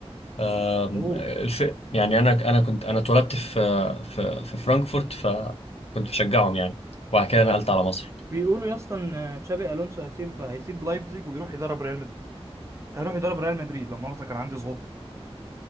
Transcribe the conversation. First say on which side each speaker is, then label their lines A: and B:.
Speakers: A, on the left; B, on the right.
A: آه
B: اوه
A: الف... يعني انا انا كنت انا اتولدت في في في فرانكفورت فكنت بشجعهم يعني وبعد كده نقلت على مصر
B: بيقولوا يا اسطى ان تشابي الونسو هيسيب هيسيب لايبزيج ويروح يدرب ريال مدريد هيروح يدرب ريال مدريد لا مؤاخذة كان عندي سقطة